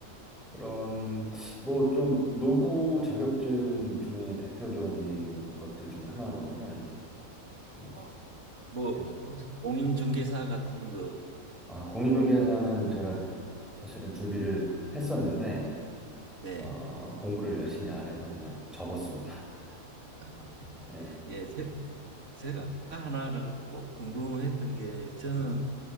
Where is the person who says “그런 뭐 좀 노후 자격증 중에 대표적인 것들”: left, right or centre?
Centre